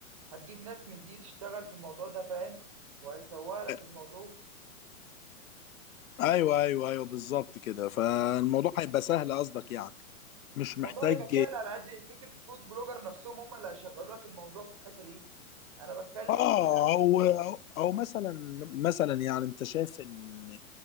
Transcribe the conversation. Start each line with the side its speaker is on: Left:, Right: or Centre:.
Right: هتجيب ناس من دي تشتغل في الموضوع ده فاهم وهيسوق لك
Left: آه،
Right: الموضوع
Left: ايوه ايوه ايوه بالظبط كده فالموضوع هيبقى سهل قصدك يعني مش محتاج
Right: الموضوع هيبقى سهل على قد فكره فود بلوجر نفسهم هم اللي هيشغلوا لك الموضوع في الحته دي انا بتكلم
Left: اه
Right: في
Left: او او أو مثلا مثلا يعني انت شايف ان